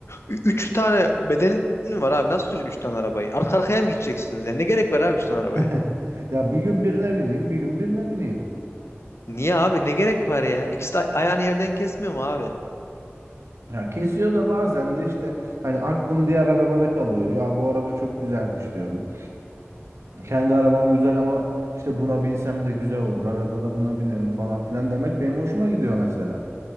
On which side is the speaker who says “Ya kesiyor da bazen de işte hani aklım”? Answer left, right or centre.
Right